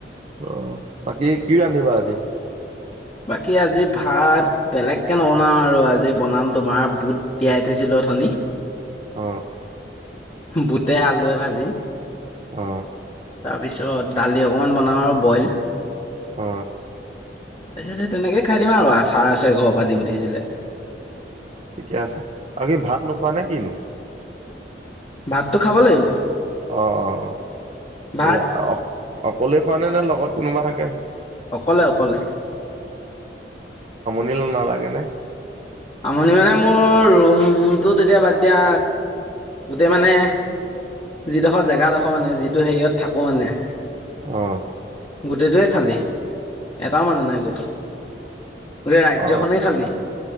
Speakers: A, on the right; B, on the left.
A: অ', বাকী কি ৰান্ধিবা আজি?
B: বাকী আজি ভাত, বেলেগকে নবনাও আৰু আজি বনাম তোমাৰ বুট তিয়াই থৈছিলো অথনি।
A: অ।
B: বুটে আলুৱে ভাজিম।
A: অ।
B: তাৰপিছত, দালি অকণমান বনাম আৰু বইল।
A: অ।
B: তাৰপিছত, হে তেনেকে খাই দিম আৰু আচাৰ আছে ঘৰৰ পৰা দি পঠিছিলে।
A: ঠিকে আছে, বাকি ভাত নোখোৱা নে কিনো?
B: ভাত'টো খাব লাগিব।
A: অ', অ',
B: ভাত
A: সেয়া অ-অকলে খোৱা নে, নে লগত কোনোবা থাকে?
B: অকলে-অকলে।
A: নালাগেনে?
B: আমনি মানে মোৰ, ৰুমটো তেতিয়া বাদ দিয়া গোটেই মানে যিডোখৰ জেগাডোখৰ মানে যিটো হেৰিয়ত থাকোঁ মানে
A: আহ
B: গোটেইটোৱে খালী এটাও মানে নাই গোটত গোটেই ৰাজ্যখনেই
A: অ
B: খালী